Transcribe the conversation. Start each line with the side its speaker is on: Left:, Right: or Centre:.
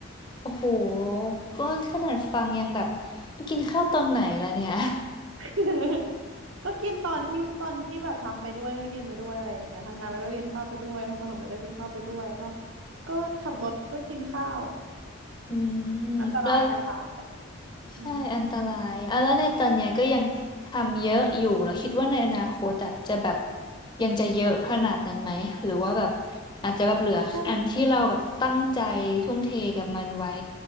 Left: โอ้โหก็ขนาดฟังยังแบบกินข้าวตอนไหนล่ะเนี่ย
Right: <laughs> ก็กินตอนที่ตอนที่แบบทำไปด้วยก็กินไปด้วยอะไรอย่างเงี้ยทำงานไปด้วยกินข้าวไปด้วยทำขนมไปด้วยกินข้าวไปด้วยก็ก็ขับรถก็กินข้าว
Left: อืมแล้ว
Right: อันตรายนะคะแต่
Left: ใช่อันตรายอ่ะแล้วในตอนเนี้ยก็ยังทำเยอะอยู่แล้วคิดว่าในอนาคตอ่ะจะแบบ
Right: อืม
Left: ยังจะเยอะขนาดนั้นไหมหรือว่าแบบอาจจะแบบเหลืออันที่เราแบบตั้งใจทุ่มเทกับมันไว้
Right: คง